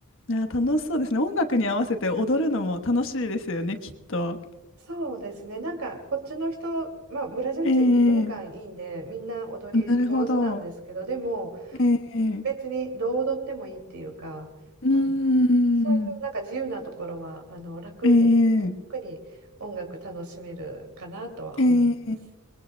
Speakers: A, on the left (about 60°); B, on the right (about 70°).
A: いや、楽しそうですね。音楽に合わせて踊るのも楽しいですよね、きっと。
B: そうですね。なんかこっちの人、まあ、ブラジル人にリズム感いいんでみんな踊り上手なんですけどでも
A: ええなるほど。ええ
B: 別にどう踊ってもいいっていうか、
A: うーん
B: あの、そういうなんか自由なところは、あの、楽で、
A: ええ
B: 楽に音楽楽しめるかなとは思います。
A: ええ